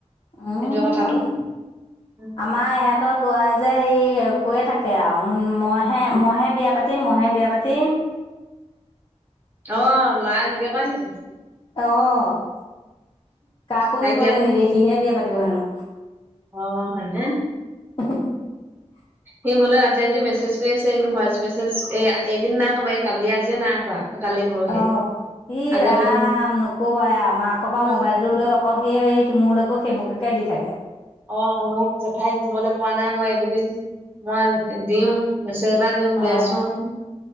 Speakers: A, on the left; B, on the right.
A: উম',
B: সেইটো কথাটো উম,
A: আমাৰ ইহতৰ লৰাই যে হেৰি কৈয় থাকে আৰু মইহে মইহে বিয়া পাতিম মইহে বিয়া পাতিম।
B: অহ ', লৰাই নক কা নেকি
A: অহ ', কাকো
B: তাইক
A: নিবলৈ নিদিয় সিহে বিয়া পাতিব হেনো।
B: অহ ', হয়নে
A: <inaudible>
B: সি মোলৈ ৰাতি ৰাতি মেছেজ কৰি আছে এইকেদিন ভইচ মেছেজ এই এইকেদিন নাই কৰা এই কালিয়ে আজিয়ে নাই কৰা। কালি পৰহিয়ে
A: অ', ই
B: আগৰ
A: ৰাম
B: কেইদিন
A: নক'বাই মাকৰ পৰা
B: অ
A: মোবাইলটো লৈ অকল সি হে মোৰ সেইবোৰকেকে দি থাকে।
B: অ', মোক জেঠাইক দিবলৈ পোৱা নাই মই এইকেইদিন, মই দিওঁ। মেছেজ এটা দিওঁ
A: অ',
B: দেচোন।